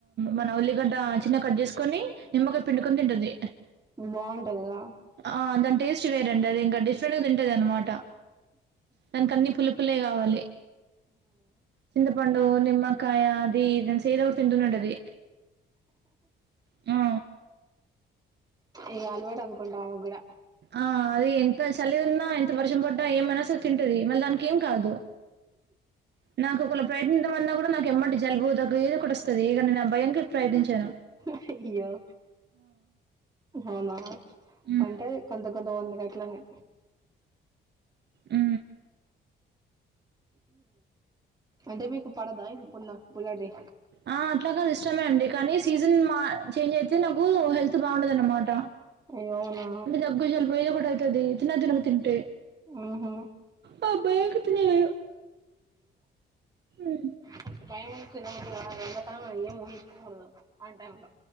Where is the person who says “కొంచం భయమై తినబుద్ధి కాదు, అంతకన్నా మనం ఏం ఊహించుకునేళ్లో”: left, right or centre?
Right